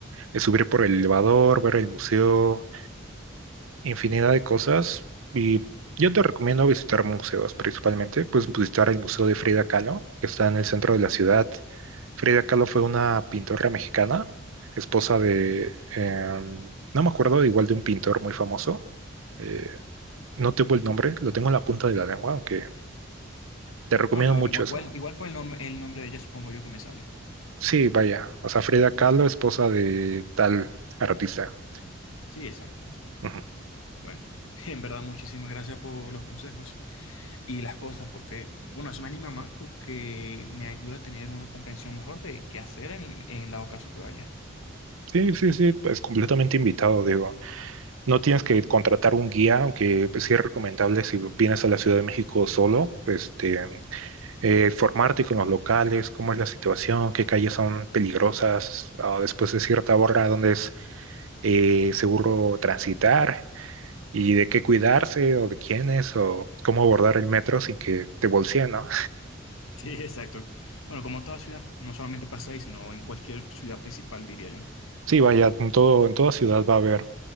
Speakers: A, on the right; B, on the left.
A: eh, subir por el elevador, ver el museo, infinidad de cosas. Y yo te recomiendo visitar museos principalmente, pues visitar el Museo de Frida Kahlo, que está en el centro de la ciudad. Frida Kahlo fue una pintora mexicana, esposa de, em, no me acuerdo, igual de un pintor muy famoso. Eh, no tengo el nombre, lo tengo en la punta de la lengua, aunque te recomiendo
B: Bueno,
A: mucho
B: igual,
A: eso.
B: igual, igual con el nombre, el nombre de ella supongo yo que me sale.
A: Sí, vaya. O sea, Frida Kahlo, esposa de tal artista.
B: Sí, exacto.
A: Ujú.
B: Bueno, <laughs> en verdad muchísimas gracias por los consejos. y las cosas, porque, bueno, eso me anima más porque me ayuda a tener una comprensión mejor de qué hacer en, en dado caso que vaya.
A: Sí, sí, sí, es completamente invitado, digo. No tienes que contratar un guía, aunque pues, sí es recomendable si vienes a la Ciudad de México solo, este, eh, formarte con los locales, cómo es la situación, qué calles son peligrosas, ah, después de cierta hora, dónde es eh, seguro transitar y de qué cuidarse o de quién es o cómo abordar el metro sin que te bolseen, ¿no?
B: Sí, exacto. Bueno, como toda ciudad, no solamente pasa ahí, sino en cualquier ciudad principal, diría yo.
A: Sí, vaya, en todo, en toda ciudad va a haber